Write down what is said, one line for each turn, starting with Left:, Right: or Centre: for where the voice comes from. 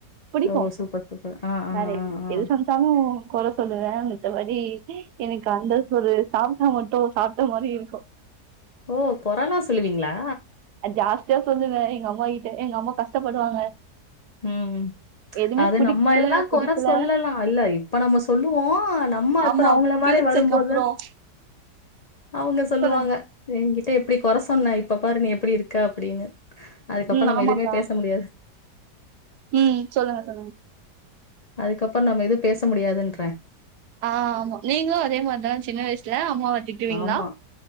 Right: பிடிக்கு
Left: ஓ! சூப்பர், சூப்பர். ஆ, ஆ,
Right: வேற
Left: ஆ, ஆ.
Right: எது சமச்சாலு கொற சொல்லுவ மித்தபடி எனக்கு அந்த ஒரு சாப்ட்டா மட்டு சாப்ட்ட மாரி இருக்கு
Left: ஓ கொரலா சொல்லுவீங்ளா
Right: அ ஜாஸ்தியா சொல்லுவே எங்க அம்மா கிட்ட எங்க அம்மா கஷ்டப்படுவாங்க
Left: ம் ம்
Right: எதுவுமே
Left: அது
Right: பிடிக்கல
Left: நம்ம எல்லா
Right: பிடிக்கல
Left: கொர சொல்லலா இல்ல இப்ப நம்ம சொல்லுவோ நம்ம
Right: ஆமா
Left: அப்புறம் அவங்கள
Right: ஃபியூச்சருக்கு
Left: மாரி வரும்போது
Right: அப்புறம்
Left: அவங்க சொல்லுவாங்க
Right: சொல்லுங்க
Left: என்கிட்ட எப்படி கொர சொன்ன இப்ப பாரு நீ எப்படி இருக்க அப்படின்னு அதுக்கப்பறம்
Right: ம்
Left: நம்ம
Right: ஆமாக்கா
Left: எதுவுமே பேச முடியாது
Right: ம் சொல்லுங்க சொல்லுங்க
Left: அதுக்கப்பறம் நம்ம எது பேச முடியாதுன்ற
Right: ஆ ஆமா நீங்களு அதே மாதிரிதானா சின்ன வயசுல அம்மாவ திட்டுவீங்களா
Left: ஆமா